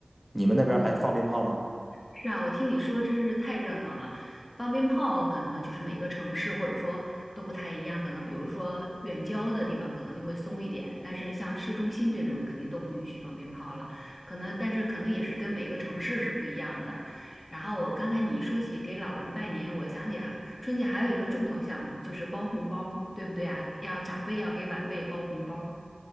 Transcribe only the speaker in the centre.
你们那边还放鞭炮吗？